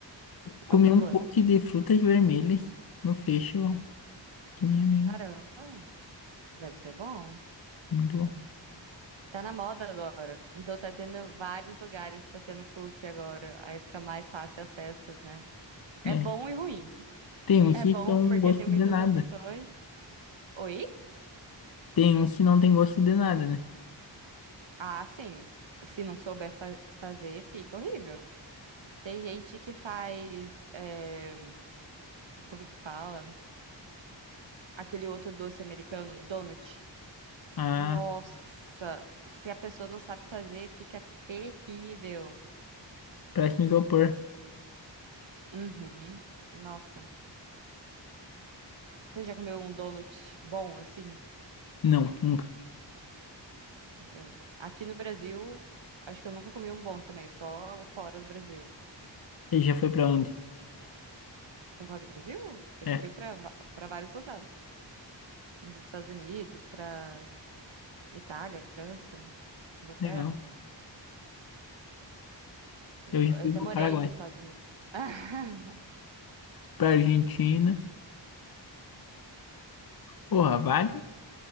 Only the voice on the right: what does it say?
É um problema.
Caramba, deve ser bom.
Tá na moda agora. Então tá tendo vários lugares, tá tendo cookie agora. Aí fica mais fácil acesso, né? É
bom e ruim.
É
bom
porque
tem muitas
opções. Oi?
Ah, sim. S- Se não souber fa- fazer, fica horrível. Tem gente que faz. é, Como que fala? Aquele outro doce americano, donut.
Nossa! Se a pessoa não sabe fazer, fica terrível.
Uhum. Nossa. Você já comeu um donut bom, assim?
É. Aqui no Brasil, acho que eu nunca comi um bom também, só fora do Brasil.
Pra Fora do Brasil? Eu
já fui pra va- pra vários lugares. Já fui pros Estados Unidos, pra Itália, França, Inglaterra.
Eu,
eu
até
morei
nos Estados Unidos. <laughs>